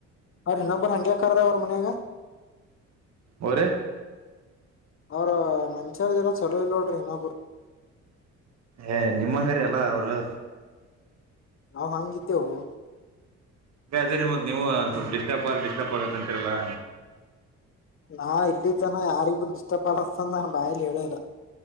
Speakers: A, on the left; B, on the right.
A: ಅವ್ರ ಇನ್ನೊಬ್ರ್ ಹಂಗ್ಯಾಕ್ ಕರ್ದ ಅವರ ಮನ್ಯಾಗ್
B: ಅವರ
A: ಅವ್ರ ಮಂಚವ್ರ ಜನ ಚಲೋ ಇಲ್ ನೋಡ್ರಿ ಇನ್ನೊಬ್ರು
B: ಏ ನಿಮ್ಮಂಗಾರ ಅಲ್ಲ ಅವರು
A: ನಾವು ಹಂಗಿದ್ದೆವು
B: ದ್ರೆ ಮತ್ ನೀವು ಸ್ವಲ್ಪ ಡಿಸ್ಟರ್ಬ್ ಆ ಿಸ್ಟರ್ಬ್ ಆಗತ್ತಂತಿರಲ್ಲಾ
A: ನಾ ಇಲ್ಲಿ ತನ ಯಾರಿಗ್ುದ ಇಷ್ಟ ಪಡಿಸತಂದ ನನ್ ಬಾಯಲಿ ಹೇಳಿಲ್ಲ